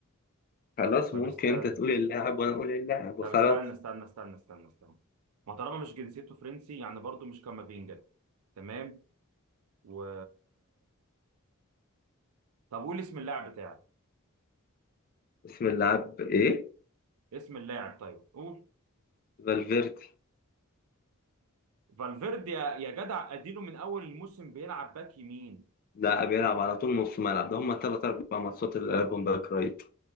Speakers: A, on the left; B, on the right.
A: خلاص
B: طب
A: ممكن
B: استنى
A: انت تقول اللاعب وانا اقول اللاعب
B: طب
A: وخلاص
B: استنى استنى استنى استنى استنى ما طالما مش جنسيته فرنسي يعني برضه مش كامافينجا تمام و طب قول اسم اللاعب بتاعك
A: اسم اللاعب ايه
B: اسم اللاعب طيب قول
A: فالفيردي
B: فالفيردي يا يا جدع اديله من اول الموسم بيلعب باك يمين
A: لاعب يلعب على طول نص ملعب ده هم ثلاث اربع ماتشات اللي لعبهم باك رايت